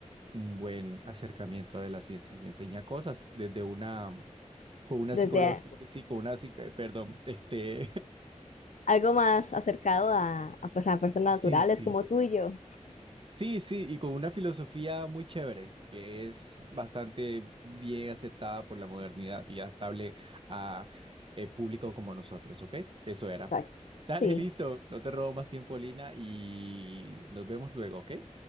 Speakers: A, on the right (about 45°); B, on the left (about 75°).
A: un buen acercamiento de la ciencia y enseña cosas desde una, con una
B: Desde
A: psicología,
B: Bueno,
A: sí, con una psique- perdón, este,
B: a- algo más acercado a, a, pues, a personas
A: <laughs> sí,
B: naturales
A: sí,
B: como tú y yo.
A: Sí, sí, y con una filosofía muy chévere, que es bastante bien aceptada por la modernidad y adaptable a eh, público como nosotros, ¿ok? Eso era.
B: Exacto.
A: Dale,
B: Sí,
A: listo, no te robo más tiempo, Lina, y nos vemos luego, ¿ok?